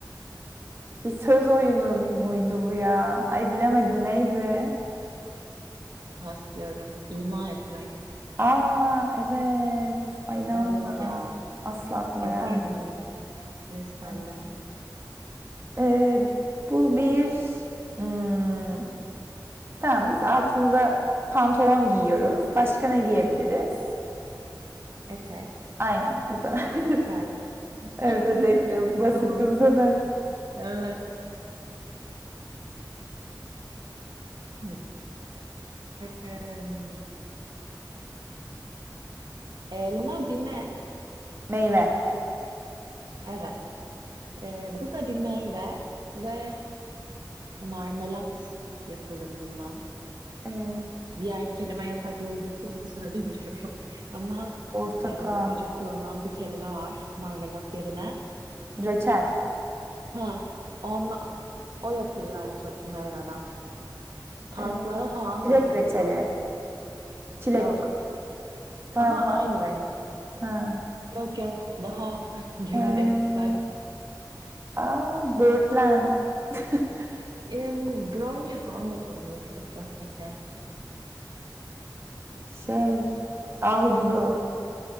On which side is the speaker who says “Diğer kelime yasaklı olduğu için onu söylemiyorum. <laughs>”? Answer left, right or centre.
Right